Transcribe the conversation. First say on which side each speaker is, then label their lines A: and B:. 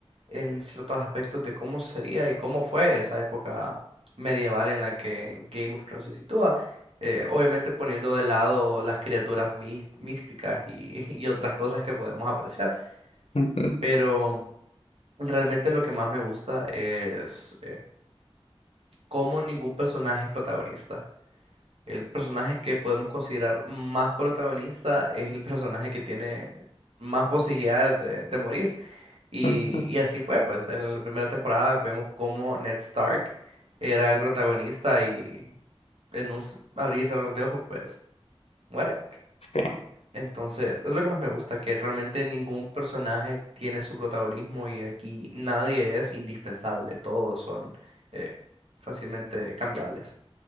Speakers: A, on the right; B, on the left.
A: en ciertos aspectos de cómo sería y cómo fue esa época medieval en la que Game of Thrones se sitúa. eh, obviamente poniendo de lado las criaturas mí- místicas y, <laughs> y otras cosas que podemos apreciar.
B: <laughs> Ujú,
A: Pero realmente lo que más me gusta es eh, cómo ningún personaje es protagonista. El personaje que podemos considerar más protagonista es el personaje que tiene más posibilidades de de morir. Y,
B: ujú.
A: y así fue, pues, en la primera temporada vemos cómo Ned Stark era el protagonista y en un s- abrir y cerrar de ojos, pues, muere.
B: Sí,
A: Entonces, es lo que más me gusta, que realmente ningún personaje tiene su protagonismo y aquí nadie es indispensable, todos son eh, fácilmente cambiables.